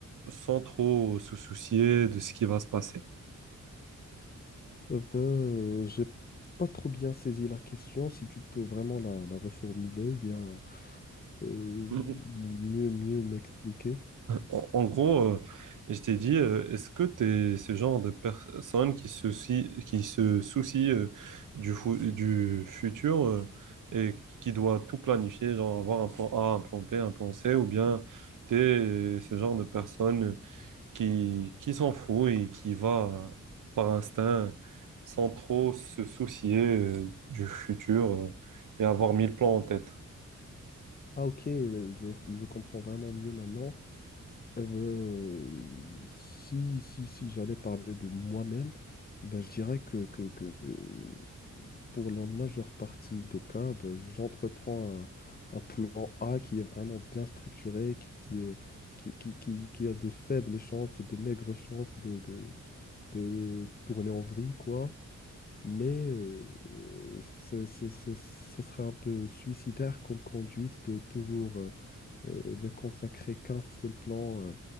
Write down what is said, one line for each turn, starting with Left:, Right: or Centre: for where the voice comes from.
Right: sans trop se soucier de ce qui va se passer.
Left: Euh, bah, euh, j'ai pas trop bien saisi la question. Si tu peux vraiment la, la reformuler ou bien euh,
Right: <laughs>
Left: mieux, mieux m'expliquer.
Right: En, en gros, euh, je t'ai dit, euh, est-ce que tu es ce genre de personne qui se soucie, qui se soucie euh, du, fou- du futur euh, et qui doit tout planifier, genre avoir un plan A, un plan B, un plan C, ou bien tu es ce genre de personne qui, qui s'en fout et qui va par instinct sans trop se soucier euh, du futur euh, et avoir mille plans en tête?
Left: Ah ok, euh, je, je comprends vraiment mieux maintenant. Eh ben, euh, si si, si j'allais parler de moi-même, ben, je dirais que, que, que, euh, pour la majeure partie des cas, ben, j'entreprends un, un plan A qui est vraiment bien structuré, qui est, qui, qui, qui, qui a de faibles chances, de maigres chances de, de, de tourner en vrille, quoi. Mais euh, c'est, c'est- c'est- ça serait un peu suicidaire comme conduite de toujours... euh, euh, ne consacrer qu'un seul plan euh,